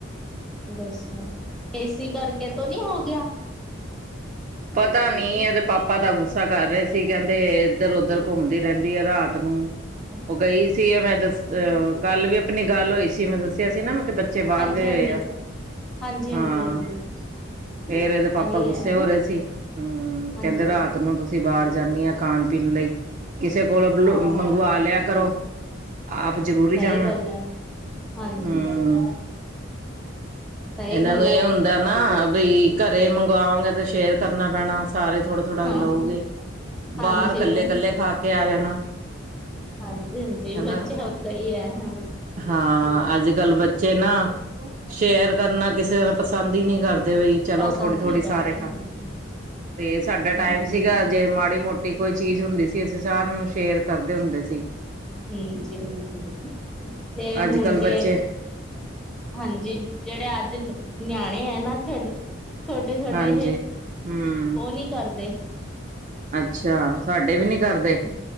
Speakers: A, in the centre; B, on the right (about 40°).
A: ਦੱਸੋ ਏ ਸੀ ਕਰਕੇ ਤੋਂ ਨੀ ਹੋ ਗਿਆ?
B: ਪਤਾ ਨੀ ਇਹਦੇ ਪਾਪਾ ਤਾਂ ਗੁੱਸਾ ਕਰ ਰਹੇ ਸੀ ਕੈਂਦੇ ਏਧਰ ਉੱਧਰ ਘੁੰਮਦੀ ਰੈਂਦੀ ਐ ਰਾਤ ਨੂੰ
A: ਹਾਂ
B: ਉਹ ਗਈ ਸੀ ਆ ਮੈਂ ਦੱਸ ਕੱਲ ਵੀ ਆਪਣੀ ਗੱਲ ਹੋਈ ਸੀ ਮੈਂ ਦੱਸਿਆ ਸੀ ਨਾ ਮੈਂ ਕਿਆ ਬੱ ਚੇ ਬਾਰ
A: ਹਾਂਜੀ
B: ਗਏ
A: ਹਾਂਜੀ
B: ਹੋਏ ਆ,
A: ਹਾਂਜੀ
B: ਹਾਂ।
A: ਹਾਂਜੀ ਹਾਂਜੀ
B: ਫੇਰ ਇਹਦੇ ਪਾਪਾ
A: ਆਹੀ ਹੈ
B: ਗੁੱਸੇ ਹੋ ਰਹੇ ਸੀ ਹਮ
A: ਹਾਂਜੀ
B: ਕੈਂਦੇ ਰਾਤ ਨੂੰ ਤੁਸੀਂ ਬਾਰ ਜਾਂਣੀ ਹ ਖਾਣ ਪੀਣ ਲਈ ਕਿਸੇ ਕੋਲੋਂ
A: ਹਾਂ
B: ਮੰਗਵਾ ਲਿਆ ਕਰੋ ਆਪ ਜਰੂਰੀ
A: ਸਹੀ
B: ਹੀ ਜਾਣਾ
A: ਗੱਲ ਹੈ ਹਾਂਜੀ
B: ਹਮ
A: ਸਹੀ
B: ਇਹਨਾਂ
A: ਗੱਲ
B: ਨੂੰ
A: ਹੈ
B: ਇਹ ਹੁੰਦਾ ਨਾ ਬ ਘਰੇ ਮੰਗਵਾਵਾਂਗੇ ਤੇ ਸ਼ੇਰ ਕਰਨਾ ਪੈਣਾ ਸਾਰੇ ਥੋੜਾ ਥੋੜਾ
A: ਹਾਂ
B: ਲਓਗੇ
A: ਹਾਂਜੀ
B: ਬਾਰ ਕੱਲੇ
A: ਬ
B: ਕੱਲੇ ਖਾ ਕੇ ਆ ਜਾਣਾ
A: ਹਾਂਜੀ ਹਾਂਜੀ
B: ਹਨਾ
A: ਬੱਚਾ ਉਦ ਹੀ ਹੈ ਬਸ
B: ਹਾਂ ਅੱਜ ਕੱਲ ਬੱਚੇ ਨਾ ਸ਼ੇਰ ਕਰਨਾ ਕਿਸੇ ਨਾਲ ਪਸੰਦ ਹੀ ਨਹੀਂ ਕਰਦੇ ਬਈ ਚਲੋ
A: ਪਸੰਦ
B: ਥੋੜੀ ਥੋੜ੍ਹੀ
A: ਨਹੀਂ ਕਰਦੇ
B: ਸਾਰੇ ਖਾ
A: ਹਾਂਜੀ
B: ਤੇ ਸਾਡਾ
A: ਹਾਂਜੀ
B: ਟੈਮ ਸੀਗਾ ਜੇ ਮਾੜੀ ਮੋਟੀ ਕੋਈ ਚੀਜ਼ ਹੁੰਦੀ ਸੀ ਅਸੀਂ ਸਾਰਿਆਂ ਨੂੰ ਸ਼ੇਅਰ ਕਰਦੇ ਹੁੰਦੇ ਸੀ
A: ਹਮ ਜੀ ਹ ਜੀ ਤੇ
B: ਅੱਜ
A: ਹੁਣ
B: ਕੱਲ੍ਹ
A: ਕੇ
B: ਬੱਚੇ
A: ਹਾਂਜੀ ਜੇੜੇ ਅੱਜ ਨਿਆਣੇ ਹੈ ਨਾ ਡ ਛੋਟੇ ਛੋਟੇ
B: ਹਾਂਜੀ
A: ਜ
B: ਹਮ
A: ਉਹ ਨਹੀਂ ਕਰਦੇ
B: ਅੱਛਾ ਸਾਡੇ ਵੀ ਨੀ ਕਰਦੇ
A: ਹ